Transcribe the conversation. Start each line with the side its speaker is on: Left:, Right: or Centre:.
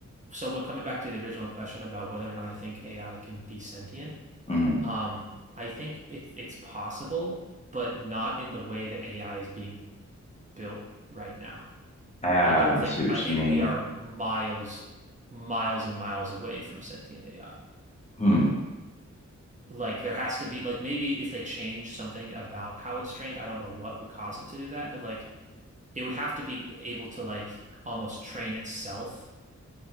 Right: so when coming back to the original question about whether or not I think AI can be sentient,
Left: hmm
Right: um, I think it's it's possible, but not in the way that AI is being built right now.
Left: Ah,
Right: I don't
Left: I
Right: think
Left: see what
Right: I think
Left: you mean.
Right: we are miles, miles and miles away from sentient AI.
Left: Hmm.
Right: Like there has to be like maybe if they change something about how it's trained, I don't know what would cause it to do that, but like it would have to be able to like almost train itself